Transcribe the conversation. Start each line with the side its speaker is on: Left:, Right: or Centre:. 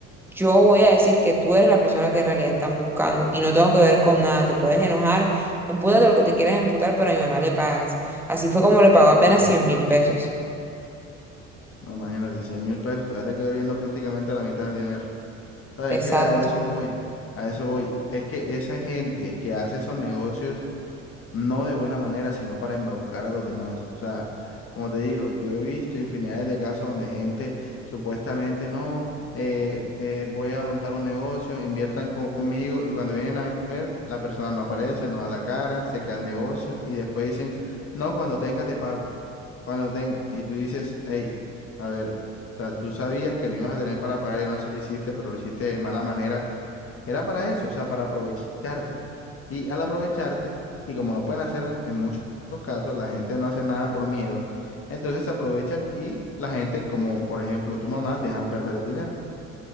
Centre: yo voy a decir que tú eres la persona que en realidad están buscando y no tengo que ver con nada. Te puedes enojar, empútate lo que te quieras emputar, pero a mi mamá le pagas. Así fue como le pagó apenas
Left: Claro,
Centre: cien mil pesos.
Left: no, imagínate, cien mil pesos, todavía le quedo viendo prácticamente la mitad del dinero. ¿Sabes
Centre: Exacto.
Left: qué? A eso voy, a eso voy. Es que esa gente que hace esos negocios, no de buena manera, sino para embaucar a los demás. O sea, como te digo, yo he visto infinidades de casos donde gente supuestamente, no, eh, eh, voy a montar un negocio, inviertan conmigo y cuando vienen a ver, la persona no aparece, no da la cara, se cae el negocio y después dicen, no, cuando tenga te pago. cuando tenga, y tú dices, hey, a ver, o sea, tú sabías que no ibas a tener para pagar y aún así lo hiciste, pero lo hiciste de mala manera, era para eso, o sea, para aprovecharte. Y al aprovecharte, y como no pueden hacer en, en muchos casos, la gente no hace nada por miedo, entonces se aprovechan y la gente, como por ejemplo tu mamá, dejan perder el dinero.